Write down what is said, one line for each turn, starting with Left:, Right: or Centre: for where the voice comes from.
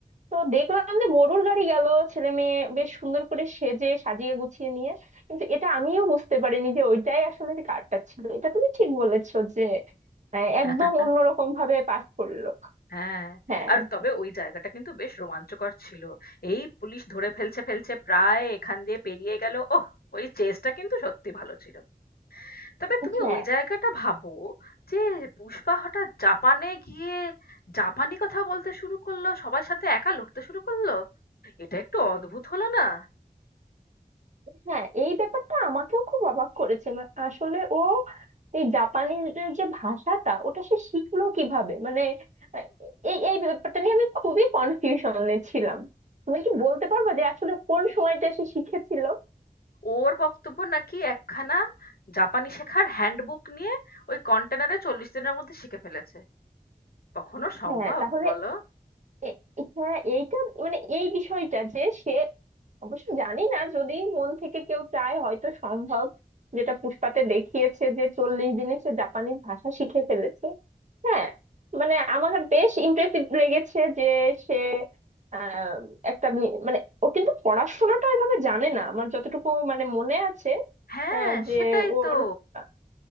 Right: তো দেখলাম যে গরুর গাড়ি গেল ছেলে মেয়ে বেশ সুন্দর করে সেজে সাজিয়ে গুছিয়ে নিয়ে কিন্তু এটা আমিও বুঝতে পারিনি যে ওইটাই আসলে যে কাঠটা ছিল এটা তুমি ঠিক বলেছো যে আহ,
Left: <laughs>
Right: একদম অন্যরকম ভাবে পাঠ করলো
Left: হ্যাঁ
Right: হ্যাঁ
Left: আর তবে ওই জায়গাটা কিন্তু বেশ রোমাঞ্চকর ছিল এই পুলিশ ধরে ফেলছে ফেলছে প্রায় এখান দিয়ে পেরিয়ে গেল ওহ ওই চেজটা কিন্তু সত্যি ভালো ছিল তবে তুমি
Right: হ্যাঁ
Left: ওই জায়গাটা ভাবো যে পুষ্পা হঠাৎ জাপানে গিয়ে জাপানি কথা বলতে শুরু করলো সবার সাথে একা লড়তে শুরু করলো এটা একটু অদ্ভুত হলো না
Right: হ্যাঁ এই ব্যাপারটা আমাকেও খুব অবাক করেছে মা- আসলে ও এই জাপানিজদের যে ভাষাটা ওটা সে শিখলো কিভাবে মানে আহ, এই এই ব্যাপারটা নিয়ে আমি খুবই কনফিউশনে ছিলাম তুমি কি বলতে পারবে যে আসলে কোন সময়টা সে শিখেছিল
Left: ওর বক্তব্য নাকি একখানা জাপানি শেখার হ্যান্ডবুক নিয়ে ওই কন্টেনারে চল্লিশ দিনের মধ্যে শিখে ফেলেছে কখনো সম্ভব
Right: হ্যাঁ তাহলে
Left: বলো
Right: এ- হ্যাঁ এইটা মানে এই বিষয়টা যে সে অবশ্য জানি না যদি মন থেকে কেউ চায় হয়তো সম্ভব যেটা পুষ্পাতে দেখিয়েছে যে চল্লিশ দিনে সে জাপানিজ ভাষা শিখে ফেলেছে হ্যাঁ মানে আমার বেশ ইমপ্রেসিভ লেগেছে যে সে আহ, একটা নি- মানে ও কিন্তু পড়াশোনাটা ওইভাবে জানে না আমার যতটুকু মানে মনে আছে
Left: হ্যাঁ
Right: আহ, যে
Left: সেটাই
Right: ওর
Left: তো
Right: আহ,